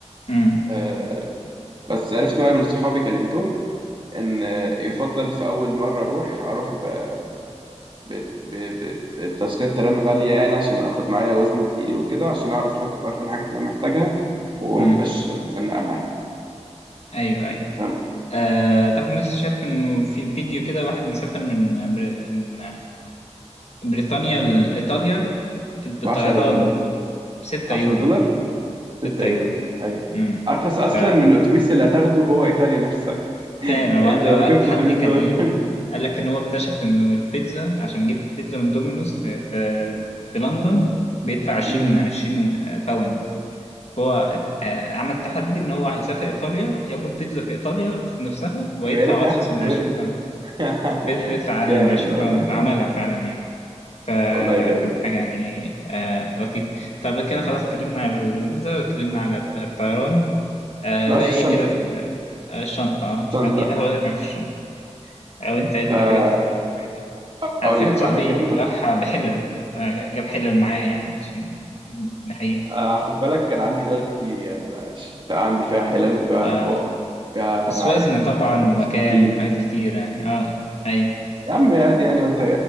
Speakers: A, on the left; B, on the right.
A: أمم
B: آه، بس عرفت بقى من صحابي كلمتهم إن آه، يفضل في أول مرة أروح أروح ب- ب- ب- ب- بتذكرة طيران غالية يعني عشان آخد معايا وزن تقيل وكده عشان أعرف أحط بقى كل الحاجات اللي أنا محتاجها ومبقاش
A: أمم
B: مزنقة معايا
A: أيوه أيوه
B: فاهم
A: آه طبعا لسه شايف إنه في فيديو كده واحد مسافر من من بريطانيا لإيطاليا بالطيران
B: ب 10 دولار
A: بستة
B: 10
A: يورو
B: دولار
A: ستة
B: 6 يورو
A: يورو
B: أي
A: امم
B: أرخص
A: ف
B: أصلا من الأتوبيس اللي هتاخده جوه إيطاليا نفسها
A: فعلا
B: <laughs> يعني
A: وقال
B: أنت
A: لو
B: لو ركبت
A: قعدت حد
B: أتوبيس
A: كان
B: جوه
A: ايه
B: إيطاليا
A: قال لك ان هو اكتشف انه البيتزا عشان يجيب بيتزا من دومينوز في في, في لندن بيدفع 20
B: <laughs> مم.
A: 20 باوند فهو آه، عمل تحدي ان هو هيسافر ايطاليا ياكل بيتزا في ايطاليا نفسها ويدفع
B: ويرجع
A: ارخص من 20
B: ويرجع
A: باوند
B: <laughs>
A: ويدفع اقل
B: جامد
A: من 20
B: والله
A: باوند عملها فعلا يعني فكانت
B: والله جامد يعني
A: حاجة يعني آه لطيفة طب كده خلاص اتكلمنا على الفيزا واتكلمنا على الط- الطيران آه
B: ناقص
A: بقى ايه
B: الشنطة
A: كده في ال- الشنطة آه،
B: الشنطة
A: هدي هقول لك حاجة في الشنطة أو أنت ايه الحاجات
B: آه،
A: اللي كنت محتاجها كده آه،
B: أقول
A: في واحد
B: لك بقى
A: صاحبي
B: أنا كلمته
A: راح
B: <laughs>
A: بحلل آه، جاب حلل معاه يعني عشان يظبط الحقيقة
B: آه، خد بالك كان عندي حلال كتير يعني أنا الشقة عندي فيها حلال وفيها
A: آه
B: أطباق فيها
A: بس
B: معالق
A: وزن طبعا
B: وفيها
A: ومكان
B: سكاكين
A: وحاجات كتير يعني اه أيوه
B: يا عم عادي يعني وأنت